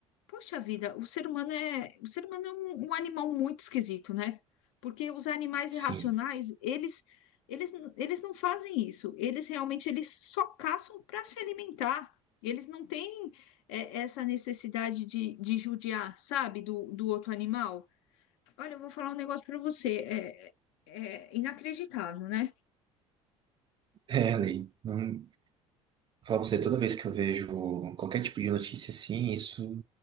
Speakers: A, on the left (about 60°); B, on the right (about 25°).
A: poxa vida, o ser humano é, o ser humano é um, um animal muito esquisito, né? Porque os animais
B: Sim,
A: irracionais, eles, eles, eles não fazem isso. Eles realmente eles só caçam para se alimentar. Eles não têm é, essa necessidade de, de judiar, sabe, do, do outro animal. Olha, eu vou falar um negócio para você. É, é inacreditável, né?
B: é, Ali. Não, vou falar pra você, toda vez que eu vejo qualquer tipo de notícia assim, isso.